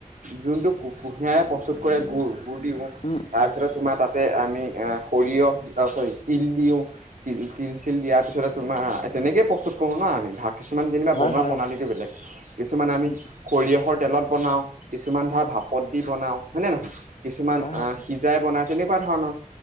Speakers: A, on the right (about 70°); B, on the left (about 50°).
A: যোনটো কু কুঁহিয়াৰে প্ৰস্তুত কৰে গুৰ গুৰ দিওঁ
B: উম
A: তাৰপিছতে
B: উম
A: তোমাৰ তাতে আমি অ সৰিয়হ চৰি তিল দিওঁ তিল তিল চিল দিয়াত পিছতে তোমাৰ তেনেকে প্ৰস্তুত কৰো ন আমি ভাগ কিছুমান যেনিবা
B: হয়
A: বনোৱা
B: হয়
A: প্ৰণালীটো বেলেগ। কিছুমান আমি
B: উম
A: সৰিয়হৰ তেলত বনাওঁ কিছুমান ধৰা ভাপত দি বনাও, হয়নে নহয়? কিছুমান
B: হয় হয়
A: অ সিজাই বনাই তেনেকুৱা ধৰণৰ।